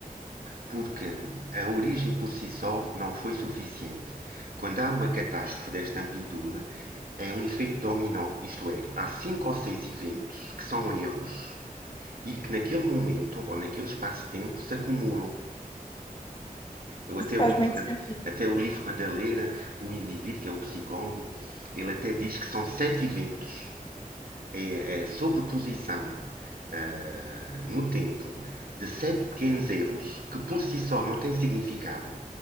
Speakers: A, on the right; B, on the left.
A: porque a origem por si só não foi suficiente. Quando há uma catástrofe desta amplitude, é um efeito dominó, isto é, há cinco ou seis eventos que são erros e que naquele momento ou naquele espaço-tempo se acumulam. Eu até
B: Isso faz
A: o livro
B: muito
A: quando,
B: sentido.
A: até o livro quando a ler, o indivíduo que é um psicólogo, ele até diz que são sete eventos é a sobreposição ah, no tempo de sete pequenos erros que por si só não têm significado,